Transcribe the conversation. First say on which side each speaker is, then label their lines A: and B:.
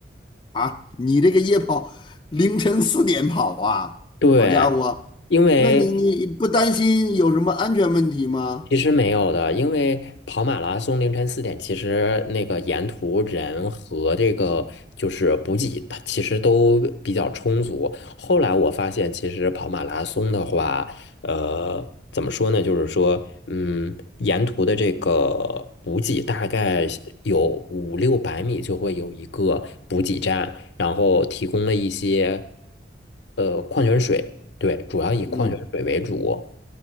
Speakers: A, on the left; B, on the left.
A: 啊，你这个夜跑凌晨四点跑啊，
B: 对，
A: 好家伙，
B: 因为
A: 那你你不担心有什么安全问题吗？
B: 其实没有的，因为跑马拉松凌晨四点，其实那个沿途人和这个就是补给，它其实都比较充足。后来我发现，其实跑马拉松的话，呃，怎么说呢？就是说，嗯，沿途的这个补给大概有五六百米就会有一个补给站，然后提供了一些呃矿泉水，对，主要以矿泉水为主。
A: 嗯